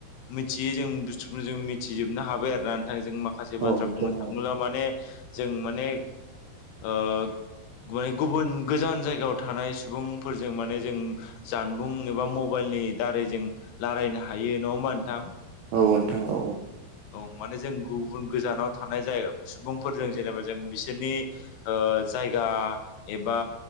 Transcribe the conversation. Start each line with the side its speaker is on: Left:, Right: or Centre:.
Left: मिथियै जों बुस्थुखौनो जों मिथिजोबनो हाबाय आरो ना। जों माखासे
Right: औ
Left: बाथ्रा
Right: नोंथां औ नोंथां औ नोंथां औ नोंथां
Left: बुंनो थाङोब्ला माने जों माने ओ गुनाय गुबुन गोजान जायगायाव थानाय सुबुंफोरजों माने जों जानबुं एबा मबाइलनि दारै जों लारायनो हायो नङा होमबा। नोंथां
Right: औ नोंथां औ औ।
Left: औ माने जों गुबुन गोजानाव थानाय जाय सुबुंफोरजों जेनेबा जों बिसोरनि ओ जायगा एबा